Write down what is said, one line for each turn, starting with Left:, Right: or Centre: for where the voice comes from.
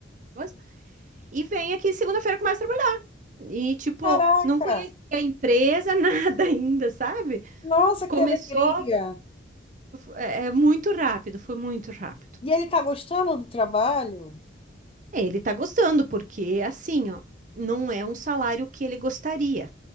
Right: coisa, e vem aqui segunda-feira começa a trabalhar. E tipo,
Left: Caraca!
Right: não conhecia a empresa, <laughs> nada ainda, sabe?
Left: Nossa,
Right: Começou
Left: que alegria!
Right: é, é muito rápido, foi muito rápido.
Left: E ele tá gostando do trabalho?
Right: É, Ele tá gostando, porque assim, ó, não é um salário que ele gostaria,